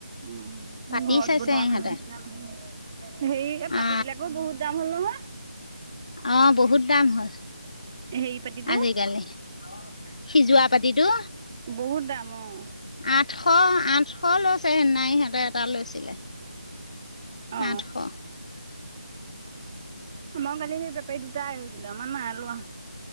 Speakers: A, on the right; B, on the left.
A: উম
B: পাতি
A: ঘৰত
B: চাইছে
A: বনোৱাখন
B: ইহঁতে
A: নিচিনা নহয়। হেৰি পাতি
B: অ
A: বিলাকো বহুত দাম হ'ল নহয়।
B: অ' বহুত দাম হ'ল।
A: হেৰি পাতিটো
B: আজিকালি সিজোৱা পাতিটো
A: বহুত দাম অ'
B: আঠশ, আঠশ লৈছে সিনা সিহঁতেৰ এটা লৈছিলে।
A: অ
B: আঠশ।
A: আমাও কালি সি বেপাই দুটা আহিছিলে, আমাৰ নাই লোৱা।